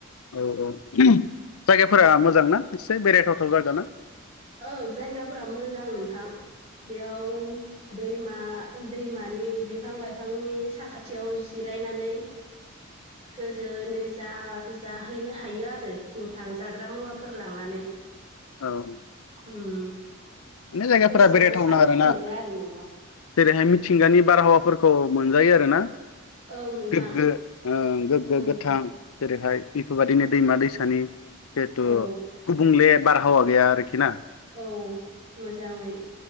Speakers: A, on the left; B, on the right.
A: औ औ जायगाफोरा मोजांना एसे बेरायथावथाव जायागा ना?
B: औ जायगाफोरा मोजां नोंथां बेयाव दैमा दैमानि बिफां लाइफांनि साखाथियाव जिरायनानै
A: <inaudible>
B: गोजोनै जा जाहैनो हायो आरो नोंथां जाग्रा मुवाफोर लांनानै।
A: औ
B: उ-
A: माने जायगाफोरा
B: गोसोखौ
A: बेरायथावना
B: सान्थि
A: आरोना
B: मोनो आरो नोंथां।
A: जेरैहाय मिथिंगानि बारहावाफोरखौ मोनजायो आर ना।
B: औ नोंथां
A: गोग्गो ओ- गोग्गो
B: ओं
A: गोथां। जेरैहाय बेफोरबादिनो दैमा दैसानि जिथु
B: औ
A: गुबुंले बारहावा गैया आरोखि ना?
B: औ मोजाङै